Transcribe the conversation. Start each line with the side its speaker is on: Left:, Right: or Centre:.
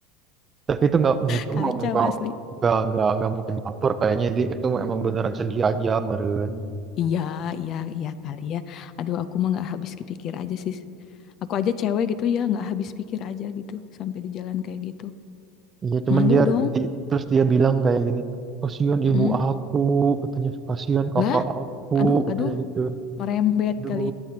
Right: Tapi itu nggak itu
Left: kacau
Right: mau nggak
Left: asli
Right: nggak nggak nggak mungkin baper kayaknya dia itu emang beneran sedih aja meren.
Left: iya iya iya kali ya aduh aku mah nggak habis kepikir aja sih aku aja cewek gitu ya nggak habis pikir aja gitu sampai di jalan kayak gitu
Right: Iya cuman
Left: malu
Right: dia
Left: dong
Right: di- terus dia bilang kayak gini, kasihan
Left: Mm.
Right: ibu aku, katanya kasihan kakak
Left: lah
Right: aku,
Left: aduh
Right: katanya
Left: aduh
Right: gitu.
Left: merembet
Right: Aduh,
Left: kali